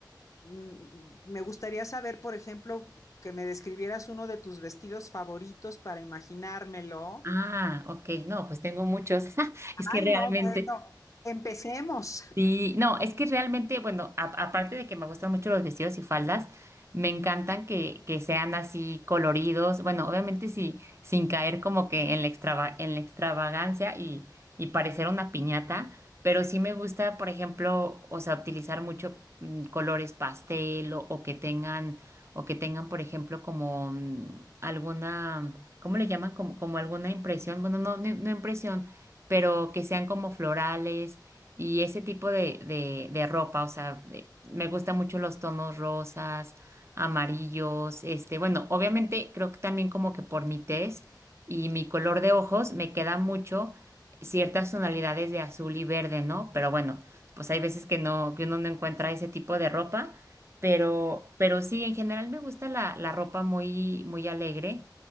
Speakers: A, on the left (about 45°); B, on the right (about 35°).
A: mm, me gustaría saber, por ejemplo, que me describieras uno de tus vestidos favoritos para imaginármelo.
B: Ah, ok, no, pues tengo muchos. <laughs> Es
A: Ay,
B: que realmente,
A: no, bueno, empecemos.
B: Sí, no, es que realmente, bueno, a- aparte de que me gustan mucho los vestidos y faldas, me encantan que, que sean así coloridos, bueno, obviamente sí, sin caer como que en la extrava- en la extravagancia y, y parecer una piñata, pero sí me gusta, por ejemplo, o sea, utilizar mucho mm, colores pastel o, o que tengan, o que tengan, por ejemplo, como mm, alguna, ¿cómo le llaman? Como, como alguna impresión, bueno, no, no no impresión, pero que sean como florales y ese tipo de, de, de ropa, o sea, de- me gustan mucho los tonos rosas, amarillos, este, bueno, obviamente creo que también como que por mi tez y mi color de ojos me queda mucho ciertas tonalidades de azul y verde, ¿no? Pero bueno, pues hay veces que no, que uno no encuentra ese tipo de ropa, pero, pero sí, en general me gusta la, la ropa muy, muy alegre